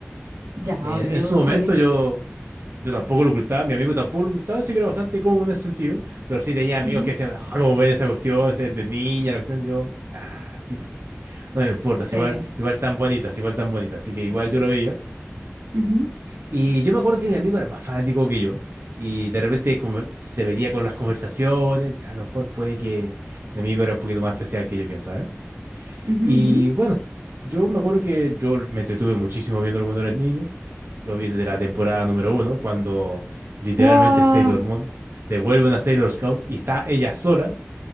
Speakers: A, on the right; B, on the right.
A: ya,
B: En,
A: ok,
B: en su
A: ok.
B: momento yo Yo tampoco lo ocultaba, mi amigo tampoco lo ocultaba, así que era bastante cómodo en ese sentido. Pero sí tenía amigos
A: Ujú,
B: que decían, ah, ¿cómo ven esa cuestión? Si Es de niña, la cuestión. Yo, ah, pi, no me importa,
A: Sí.
B: es igual, igual tan bonitas, igual tan bonitas. Así que igual yo lo veía.
A: Ujú,
B: Y yo me acuerdo que mi amigo era más fanático que yo. Y de repente como se veía con las conversaciones. A lo mejor puede que mi amigo era un poquito más especial que yo, quién sabe.
A: ujú,
B: Y
A: ujú.
B: bueno, yo me acuerdo que yo me entretuve muchísimo viéndolo cuando era niño. Lo vi desde la temporada número uno, cuando literalmente
A: Guau,
B: Sailor Moon se vuelve una Sailor Scout y está ella sola